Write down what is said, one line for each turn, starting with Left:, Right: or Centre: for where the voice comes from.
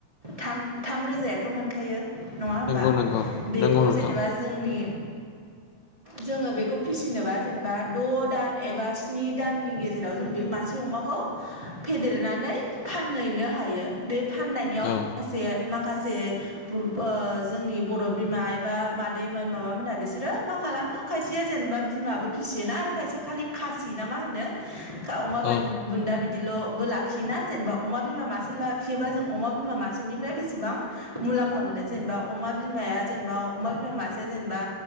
Right: थाम थाम रोजायाथ' मोनखायो नङा होमबा
Left: नंगौ नंगौ
Right: बेखौ
Left: नंगौ नोंथां
Right: जेनेबा जोंनि। जोंङो बेखौ फिसिनोबा जेनेबा द' दान एबा स्नि दाननि गेजेराव जों बे मासे अमाखौ फेदेरनानै फानहैनो हायो बे फाननायनियाव माखासे
Left: औ
Right: माखासे जोंनि बर'बिमा एबा मादैमोन माबामोनहा बिसोरो माखासे खालामो खायसेया जेनेबा बिमायाबो फिसियोना आरो खायसेया खालि खासि ना मा होनो। अमा
Left: औ
Right: बुन्दा। बिदिल'बो लाखियो ना जेनेबा अमा बिमा मासे लाखियोबा जों अमा बिमा मासेनिफ्राय बेसेबां मुलाम्फा मोनो जेनेबा अमा बिमाया जेनेबा अमा बिमा मासेया जेनेबा